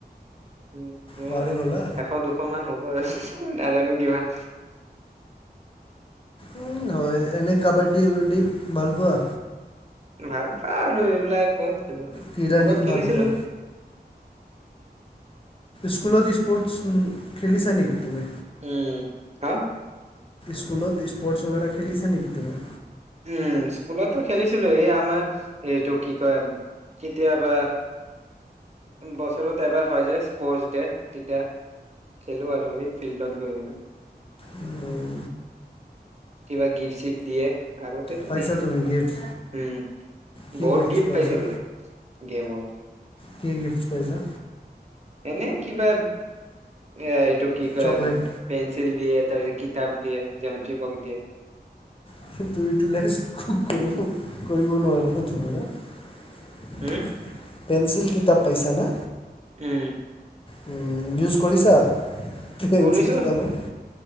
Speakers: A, on the right; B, on the left.
A: উম, ম
B: পাহৰি গ'লা
A: এশ দুশ মান হ'ব। নাজানো কিমান?
B: উম, হয়, এনেই কাবাড্ডী-উবাডি ভাল পোৱা?
A: ভাল পাও আৰু এইবিলাক ক'ত খেলো,
B: কি
A: স্কুলত
B: ৰানিং
A: খেলিছিলো।
B: ভাল পোৱা স্কুলত স্পৰ্টছ খেলিছা নেকি তুমি?
A: উম, হা?
B: স্কুলত স্পৰ্টছ বাগেৰা খেলিছা নেকি তুমি?
A: উম, স্কুলতো খেলিছিলো, এই আমাৰ এটো কি কয় কেতিয়াবা বছৰত এবাৰ হয় যে স্পৰ্টচ ডে তেতিয়া। খেলো আৰু এই ফিল্ডত গৈ কেনে।
B: উম।
A: কিবা গিফ্ট-চিফ্ট দিয়ে, আগতেতো
B: পাইছা
A: দিছিলে
B: তুমি গিফ্টছ
A: উম।
B: কি
A: বহুত
B: গিফ্টছ
A: গিফ্ট
B: পাইছা
A: পাইছিলো, গেমত।
B: কি গিফ্ট পাইছা?
A: এনে কিবা এ এইটো কি কয়
B: চকলেট
A: পেন্ঞ্চিল দিয়ে, তাৰ পিছ কিতাপ দিয়ে, জামেট্ৰি বক্স দিয়ে।
B: <unintelligible>
A: হম?
B: পেঞ্চিল কিতাপ পাইচা না?
A: উম।
B: উম, ইউজ কৰিছা, পেঞ্চিল
A: কৰিছো
B: কিতাবৰ?